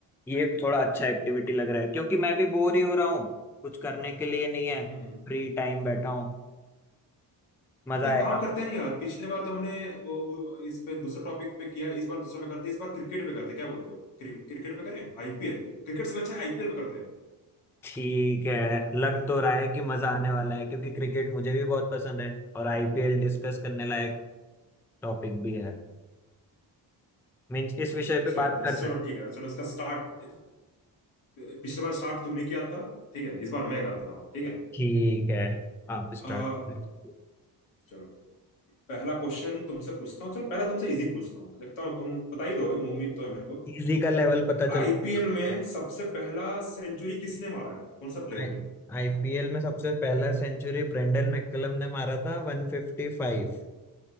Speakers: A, in the centre; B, on the left.
A: ये थोड़ा अच्छा एक्टिविटी लग रहा है क्योंकि मैं भी बोर ही हो रहा हूँ कुछ करने के लिए नहीं है
B: हम्म हम्म।
A: फ्री टाइम बैठा हूँ मजा
B: तो एक
A: आएगा
B: काम करते हैं ना यार पिछले बार तो हमने वो वो इस पे दूसरा टॉपिक पे किया इस बार दूसरा पे करते हैं इस बार क्रिकेट पे करते हैं क्या बोलते हो क्रि, क्रिकेट पे करें आईपीएल क्रिकेट से भी अच्छा आईपीएल पे करते हैं
A: ठीक है लग तो रहा है कि मजा आने वाला है क्योंकि क्रिकेट मुझे भी बहुत पसंद है और आईपीएल डिस्कस करने लायक टॉपिक भी है मीन्स इस विषय
B: अ-
A: पे
B: चलो
A: बात
B: तो
A: कर
B: चलो
A: सकते
B: ठीक है चलो इसका स्टार्ट पिछले बार स्टार्ट तुमने किया था ठीक है इस बार मैं करता हूँ ठीक है
A: ठीक है आप स्टार्ट
B: अ,
A: <laughs>
B: चलो पहला क्वेश्चन तुमसे पूछता हूँ चल पहला तुमसे इजी पूछता हूँ देखता हूँ तुम बता ही दोगे उम्मीद तो है मेरे को
A: इजी का लेवल पता चल
B: आईपीएल
A: जाएगा मुझे।
B: में सबसे पहला सेंचुरी किसने मारा है कौन सा प्लेयर
A: आई
B: ने
A: आईपीएल में सबसे पहला सेंचुरी ब्रेंडन मैकलम ने मारा था 155